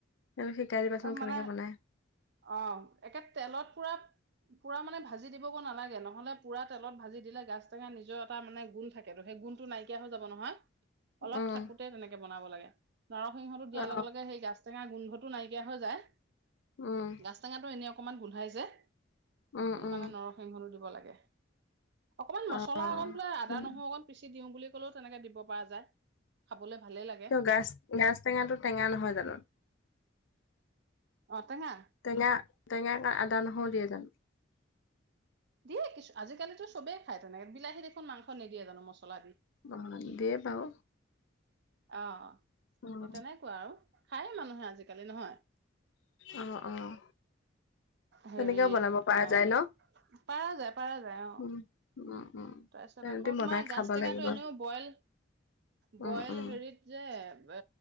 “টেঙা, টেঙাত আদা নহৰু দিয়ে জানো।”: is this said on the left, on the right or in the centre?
Left